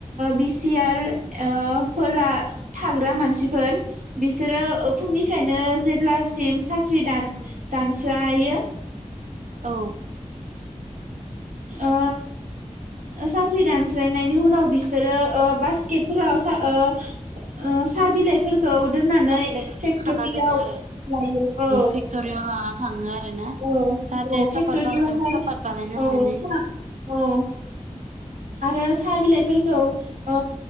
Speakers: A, on the right; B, on the right.
A: बिसिआर फोर थाग्रा मानसिफोर बिसोरो फुंनिफ्रायनो जेब्लासिम साख्रि दान दानस्रायो
B: औ
A: ओ साख्रि दानस्लायनायनि उनाव बिसोरो ओ बास्केटफोराव ओ स -साहा बिलाइ बेखौ दोननानै
B: साहा बिलाइफोर
A: फेक्ट'रियाव
B: खाना दोनो आरो
A: लायो औ
B: फेक्टरियाव लाना थाङो आरोना
A: औ
B: जाहाथे
A: औ
B: साफात
A: फेक्टरियावहाय
B: बा ओ साफात बानायनो
A: औ
B: हानाय
A: साहा औ आरो साहा बिलाइफोरखौ ओ